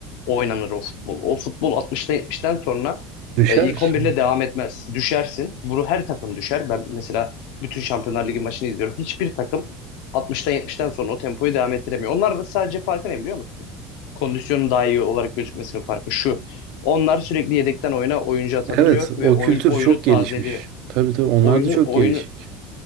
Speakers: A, on the left; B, on the right.
A: oynanır o futbol. O futbol 60'tan 70'ten sonra
B: Düşer.
A: e, ilk 11 ile devam etmez. Düşersin. Bunu her takım düşer. Ben mesela bütün Şampiyonlar Ligi maçını izliyorum. Hiçbir takım 60'tan 70'ten sonra o tempoyu devam ettiremiyor. Onlar da sadece farkı ne biliyor musun? Kondisyonun daha iyi olarak gözükmesinin farkı şu. Onlar sürekli yedekten oyuna oyuncu atabiliyor
B: Evet, o
A: ve oyun,
B: kültür
A: oyunu
B: çok
A: tazeliyor.
B: gelişmiş. Tabii tabii onlar
A: Oyunu,
B: da çok
A: oyunu
B: gelişik.